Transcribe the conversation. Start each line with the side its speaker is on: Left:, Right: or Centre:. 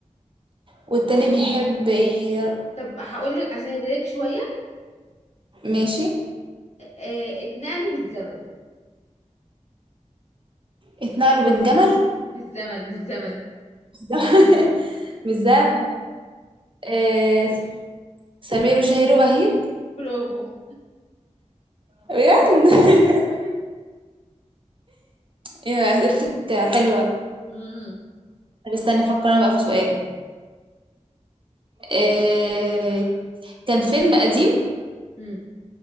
Right: والتاني بيحب ي-
Left: طب هقول لك أسهلك شوية
Right: ماشي
Left: آه، اتنقلوا بالزمن
Right: اتنقلوا بالجمل
Left: بالزمن بالزمن
Right: <laughs> بالزمن آه سمير وشهير وبهير
Left: برافو
Right: بجد <laughs>
Left: <laughs>
Right: ايوه اسئلتك حلوه
Left: مم.
Right: طب استنى افكر انا بقى في سؤال آه كان فيلم قديم
Left: مم.